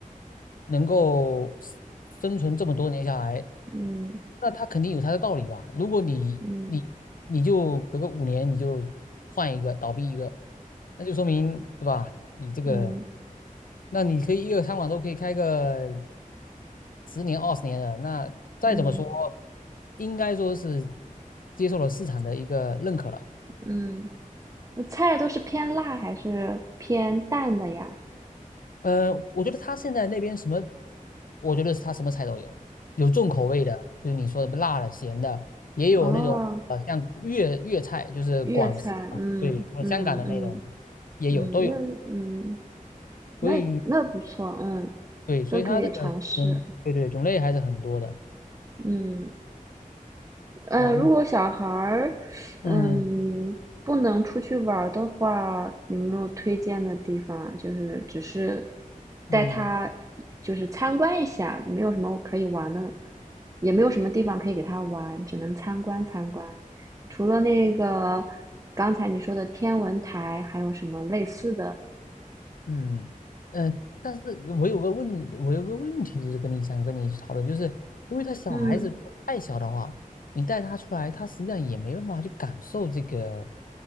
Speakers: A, on the left; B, on the right.
A: 能够 s- 生存这么多年下来，
B: 嗯
A: 那他肯定有他的道理吧？如果你你你就隔个五年你就换一个倒闭一个，
B: 嗯
A: 那就说明对吧？你这个，
B: 嗯
A: 那你可以一个餐馆都可以开个十年二十年的，那再怎么说，
B: 嗯
A: 应该说是接受了市场的一个认可了。
B: 嗯，那菜都是偏辣还是偏淡的呀？
A: 呃，我觉得他现在那边什么，我觉得他什么菜都有，有重口味的，就是你说的辣的、咸的，也有那种呃像粤粤菜，
B: 哦，
A: 就是广式嘛，
B: 粤菜，嗯嗯嗯
A: 对，和香港的那种也有都有，
B: 嗯，粤嗯，
A: 所以
B: 那那不错，嗯，
A: 对，所以它这个种对对种类还是很多的。
B: 都可以尝试，嗯。呃，
A: 然
B: 如果小孩儿，嗯，
A: 嗯
B: 不能出去玩儿的话，有没有推荐的地方啊？就是只是带他，
A: 嗯。
B: 就是参观一下，没有什么可以玩的，也没有什么地方可以给他玩，只能参观参观。除了那个刚才你说的天文台，还有什么类似的？
A: 嗯，呃，但是我有个问，我有个问题，就是跟你想跟你去讨论，就是因为他小孩子太小的话，
B: 嗯，
A: 你带他出来，他实际上也没办法去感受这个。